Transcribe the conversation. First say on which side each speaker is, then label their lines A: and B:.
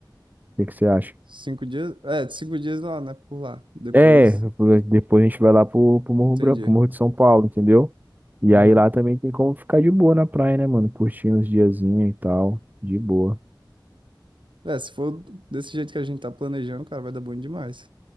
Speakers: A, on the right; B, on the right.
A: que que você acha?
B: cinco dias. É, cinco dias lá, né? Por lá. Depois,
A: É, depois a gente vai lá pro, pro Morro
B: entendi.
A: Branco, pro Morro de São Paulo, entendeu? E
B: Aham.
A: aí lá também tem como ficar de boa na praia, né, mano? Curtindo os diazinhos e tal, de boa.
B: É, se for desse jeito que a gente tá planejando, cara, vai dar bom demais.